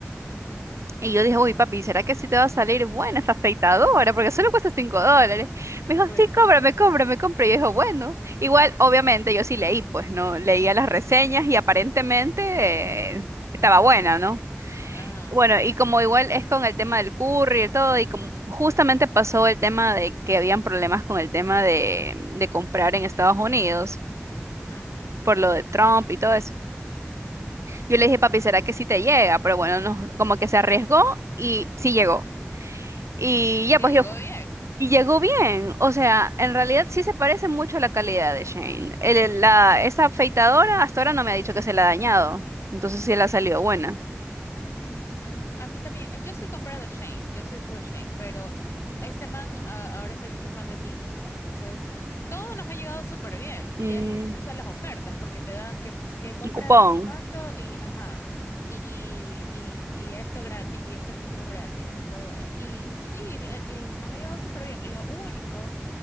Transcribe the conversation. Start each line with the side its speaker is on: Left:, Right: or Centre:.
Left: ujú,
Right: Y yo dije, uy, papi, ¿será que sí te va a salir buena esa afeitadora? Porque solo cuesta 5 dólares.
Left: <laughs>
Right: Me dijo,
Left: Claro.
Right: sí, cómprame, cómprame, cómprame. Y yo dije, bueno, igual, obviamente, yo sí leí, pues, ¿no? Leía las reseñas y aparentemente eh, estaba buena, ¿no?
Left: ajá,
Right: Bueno, y como igual es con el tema del curry y todo, y como justamente pasó el tema de que habían problemas con el tema de, de comprar en Estados Unidos
Left: ajá,
Right: por lo de Trump y todo eso. Yo le dije, papi, ¿será que sí te llega? Pero bueno, no, como que se arriesgó y sí llegó. Y
Left: y
Right: ya,
Left: le
Right: pues
Left: llegó
Right: yo, fu-
Left: bien.
Right: y llegó bien. O sea, en realidad sí se parece mucho a la calidad de Shane. El- el- la, esa afeitadora hasta ahora no me ha dicho que se la ha dañado. Entonces sí le ha salido buena.
Left: Ujú, A mí también, eh, yo soy comprada de Shane, yo soy puro Shane, pero este man ah, ahora se ha hecho fan de Timu entonces todo nos ha llegado súper bien y
Right: Mm,
Left: él usa las ofertas porque te dan que no sé qué compra,
Right: un cupón.
Left: no sé cuánto y ajá, y, y, y esto gratis y este artículo gratis y todo, y sí, el- el- nos ha llegado súper bien, lo único